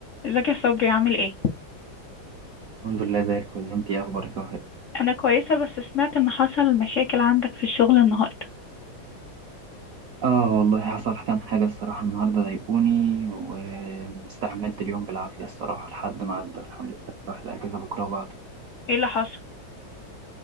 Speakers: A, on the left; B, on the right.
A: ازيك يا صبري عامل ايه
B: الحمد لله زي الفل انت ايه اخبارك يا وفاء
A: انا كويسه بس سمعت ان حصل مشاكل عندك في الشغل النهارده
B: اه والله حصل كام حاجه الصراحه النهارده ضايقوني واستحملت اليوم بالعافيه الصراحه لحد ما عدى الحمد لله راح الاجازه بكره وبعده
A: ايه اللي حصل